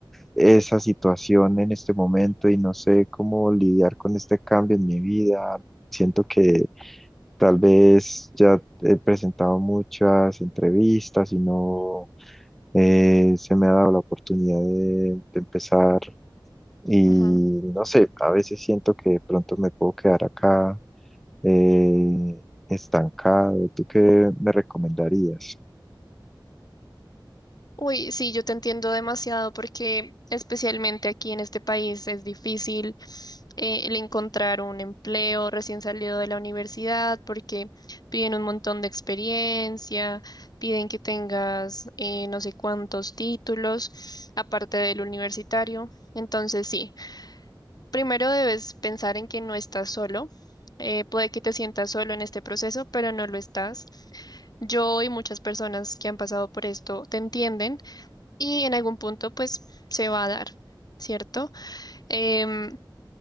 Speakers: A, in the centre; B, on the left.
A: esa situación en este momento y no sé cómo lidiar con este cambio en mi vida. Siento que tal vez ya he presentado muchas entrevistas y no eh, se me ha dado la oportunidad de, de empezar y
B: Ajá.
A: no sé, a veces siento que de pronto me puedo quedar acá eh, estancado. ¿Tú qué me recomendarías?
B: Uy, sí, yo te entiendo demasiado porque especialmente aquí en este país es difícil eh, el encontrar un empleo recién salido de la universidad porque piden un montón de experiencia, piden que tengas eh, no sé cuántos títulos aparte del universitario. Entonces, sí. Primero debes pensar en que no estás solo. Eh, puede que te sientas solo en este proceso, pero no lo estás. Yo y muchas personas que han pasado por esto te entienden y en algún punto pues se va a dar, ¿cierto? Em,